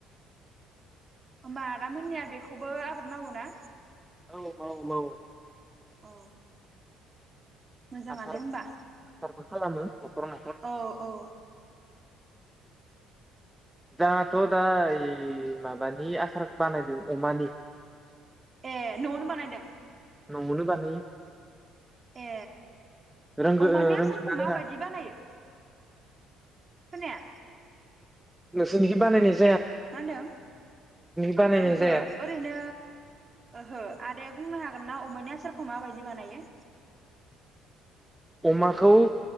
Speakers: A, on the right (about 25°); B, in the centre.
A: ओमबा आदा मोननिया बेखौबो आबाद मावो ना?
B: औ मावो मावो ।
A: अ मोजाङानो
B: आसार
A: होमबा
B: आसारबो खालामो। न'खर न'खर
A: औ औ।
B: जोंहाथ दा ओइ माबानि आसार बानायदों अमानि।
A: ए नआवनो बानायदों।
B: न'वावनो बानायो।
A: ए
B: रोंगो
A: अमानि
B: रोंगोना
A: आसारखौ
B: रोङा
A: माबायदि बानायो। खोनाया।
B: नोंसिनिखि बानाय <unintelligible>
A: मा होनदों
B: बानायनाय
A: ओहो
B: जाया
A: ओरैनो ओहो आदाया बुंनो हागोन ना। ना अमाया आसारखौ माबायदि बानायो।
B: अमाखौ।